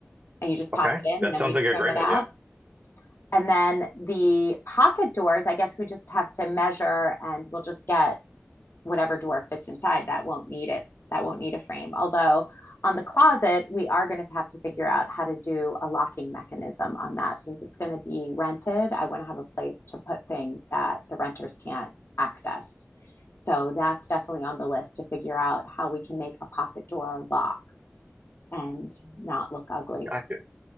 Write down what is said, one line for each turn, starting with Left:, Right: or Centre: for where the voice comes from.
Left: and you just pop
Right: Okay,
Left: it in
Right: that
Left: and then
Right: sounds
Left: we
Right: like a
Left: trim
Right: great
Left: it
Right: idea.
Left: out. And then the pocket doors, I guess we just have to measure and we'll just get whatever door fits inside that won't need it that won't need a frame although on the closet we are going to have to figure out how to do a locking mechanism on that since it's going to be rented i want to have a place to put things that the renters can't access so that's definitely on the list to figure out how we can make a pocket door lock and not look ugly
Right: Gotcha.